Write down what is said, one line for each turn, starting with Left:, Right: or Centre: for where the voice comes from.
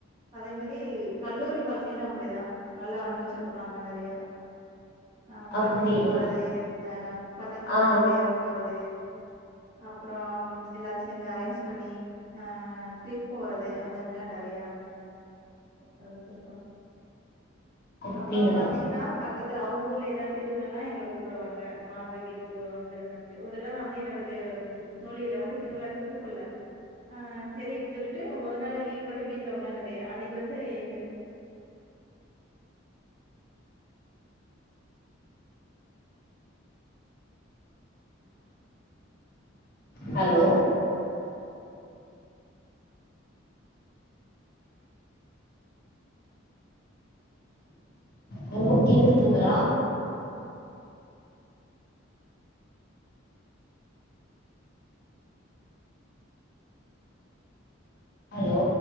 Right: அதே மாரி கல்லூரி வாழ்க்கையில் ல அப்டிதா நல்லா அனுவச்சிருக்குறங்க நெறய அ
Left: அப்படியா
Right: படத்துக்கு போறது அ பக்கத்துல
Left: ஆ
Right: வந்து டேம் போறது அப்பறம் எல்லாரு சேந்து அரேஞ்ச் பண்ணி அ ட்ரிப் போறது அந்த மாரிலா நெறயா அனுவச்சிருக்குறோ
Left: அப்படிங்களா
Right: அப்புறோம் பாத்தீங்கன்னா ப பக்கத்துல அவங்க ஊர்ல எதாவது திருவிழன்னா எங்கள கூப்புடுவாங்க வாங்க வீட்டுக்கு வந்துருங்க அப்டின்டு ஒரு தடவ நா வந்து என்னோட தெ ம் தோழிகள வந்து திருவிழாக்கு கூப்புல்ல ஆ செரின் சொல்லிட்டு மொத நாளே லீவ் போட்டு வீட்டுல உக்காந்துட்டே அன்னைக்கு வந்து எங்க
Left: ஹலோ ஹலோ கேக்குதுங்களா ஹலோ